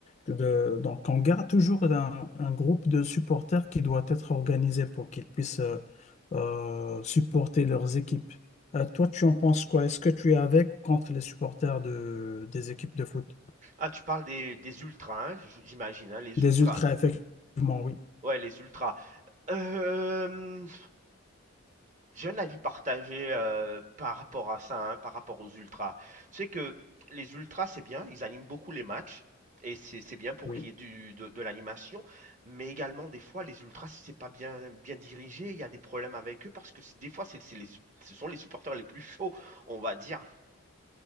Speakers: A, on the left (about 30°); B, on the right (about 35°).
A: de- donc on garde toujours un, un groupe de supporters qui doit être organisé pour qu'ils puissent euh, euh, supporter leurs équipes. Euh, toi, tu en penses quoi? Est-ce que tu es avec ou contre les supporters de, des équipes de foot?
B: Ah, tu parles des, des ultras, hein, j- j'imagine, hein, les
A: Des
B: ultras.
A: ultras, effectivement, oui.
B: Ouais, les ultras. Euh, j'ai un avis partagé euh, par rapport à ça, hein, par rapport aux ultras. Tu sais que les ultras, c'est bien, ils animent beaucoup les matchs, et c'est c'est bien pour
A: Oui,
B: qu'il y ait du- de, de l'animation, mais également, des fois, les ultras, si c'est pas bien, bien dirigé, il y a des problèmes avec eux, parce que c'est- des fois, c'est, c'est les, sup- ce sont les supporters les plus chauds, on va dire.